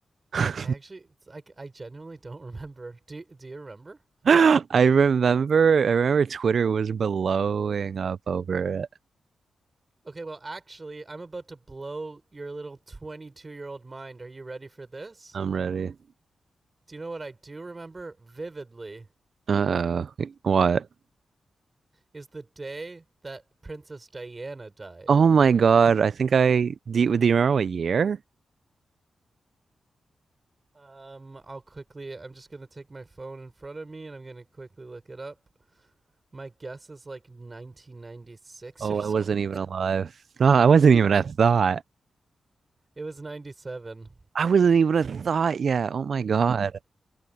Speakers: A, on the right; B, on the right.
A: <laughs>
B: I actually I I genuinely don't <laughs> remember. Do do you remember?
A: I remember, I remember Twitter was blowing up over it.
B: Okay, well actually, I'm about to blow your little 22-year-old mind. Are you ready for this?
A: I'm ready.
B: Do you know what I do remember vividly?
A: Uh, what?
B: is the day that Princess Diana died.
A: Oh my God. I think I, do you, do you remember what year?
B: Um, I'll quickly. I'm just gonna take my phone in front of me and I'm gonna quickly look it up. My guess is like 1996
A: Oh,
B: or something.
A: I wasn't even alive.
B: <laughs>
A: No, I wasn't even a thought.
B: It was 97.
A: I wasn't even a thought yet. Oh my God.